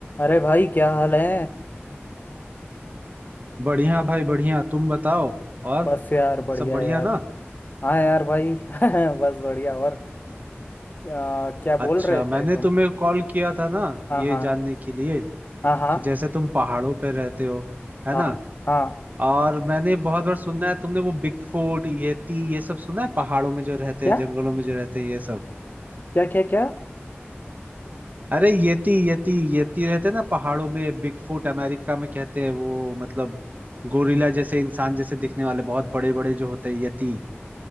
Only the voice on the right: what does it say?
बढ़िया भाई बढ़िया तुम बताओ और
सब बढ़िया
ना
अच्छा
मैंने
तुम्हें कॉल किया था ना
ये
जानने के लिए
कि जैसे तुम पहाड़ों पे रहते हो है
ना
और मैंने बहुत बार सुना है तुमने वो बिग फूट येती ये सब सुना है पहाड़ों में जो रहते
हैं जंगलों में जो रहते हैं ये सब
अरे येती येती येती रहते हैं ना पहाड़ों में बिग फूट अमेरिका में कहते हैं वो मतलब गोरिल्ला जैसे इंसान जैसे दिखने वाले बहुत बड़े बड़े जो होते हैं यति